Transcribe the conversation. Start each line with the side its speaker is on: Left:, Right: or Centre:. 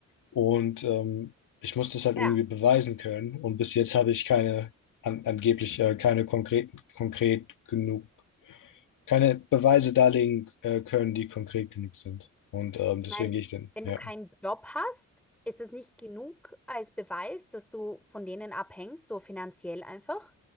Left: und ähm, ich muss das halt
Centre: Ja.
Left: irgendwie beweisen können und bis jetzt habe ich keine, an, angeblich äh, keine konkret, konkret genug keine Beweise darlegen äh, können, die konkret genug sind. Und ähm,
Centre: Ich
Left: deswegen
Centre: meine,
Left: gehe ich denn,
Centre: wenn
Left: ja.
Centre: du keinen Job hast, ist es nicht genug als Beweis, dass du von denen abhängst, so finanziell einfach.